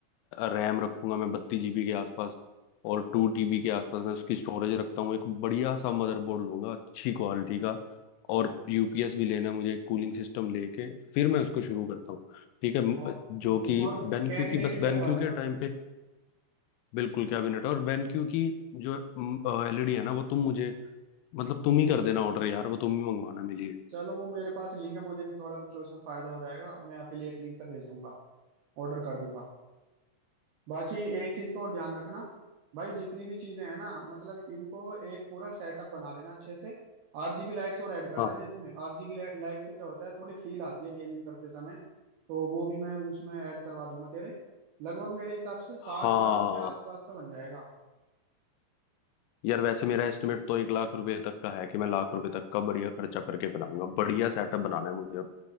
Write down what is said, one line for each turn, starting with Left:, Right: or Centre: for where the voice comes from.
Left: रैम रखूंगा मैं बत्तीस जीबी के आसपास और टू टीबी के आसपास मैं उसकी स्टोरेज रखता हूँ एक बढ़िया सा मदरबोर्ड लूंगा अच्छी क्वालिटी का और यूपीएस भी लेना है मुझे कूलिंग सिस्टम लेके फिर मैं उसको शुरू करता हूँ ठीक है म-
Right: और
Left: जो कि
Right: और
Left: बेनक्यू
Right: कैबिनेट
Left: की बस
Right: भी
Left: बेनक्यू
Right: लगवा लेना
Left: के टाइम पे बिल्कुल कैबिनेट है और बेनक्यू की जो एलईडी है ना वो तुम मुझे मतलब तुम ही कर देना ऑर्डर यार वो तुम ही मंगवाना मेरे लिए
Right: चलो वो मेरे पास लिंक है मुझे भी थोड़ा मतलब उसमें फायदा हो जाएगा मैं अफिलिएट लिंक से भेज दूंगा ऑर्डर कर दूंगा बाकी एक चीज का और ध्यान रखना भाई जितनी भी चीजें हैं ना मतलब इनको एक पूरा सेटअप बना लेना अच्छे से आरजीबी लाइट्स और ऐड कर
Left: हाँ
Right: देना इसमें आरजीबी लाइट से क्या होता है थोड़ी फील आती है गेमिंग करते समय तो वो भी मैं उसमें ऐड करवा दूंगा तेरे लगभग मेरे हिसाब से साठ
Left: हाँ
Right: हजार के आसपास का बन जाएगा
Left: यार वैसे मेरा एस्टिमेट तो एक लाख रुपए तक का है कि मैं लाख रुपए तक का बढ़िया खर्चा करके बनाऊंगा बढ़िया सेटअप बनाना है मुझे अब